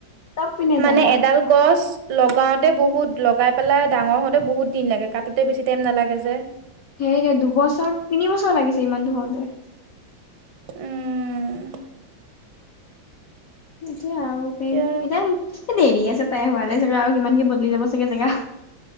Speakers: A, on the left; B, on the right.
A: চব পিনে
B: মানে
A: জ্বালা
B: এডাল। গছ লগাওঁতে বহুত লগাই পেলাই ডাঙৰ হওঁতে বহুত দিন লাগে কাটোতে বেছি টাইম নালাগে যে।
A: সেই দে দুবছৰ তিনি বছৰ লাগিছে ইমানতটো হওঁতে।
B: উম
A: এতিয়া আৰু
B: এতিয়া
A: কেই এটিয়া এ দেৰি আছে তাই হোৱালে চাগা আৰু কিমান কি বদলি যাব চাগে জেগা।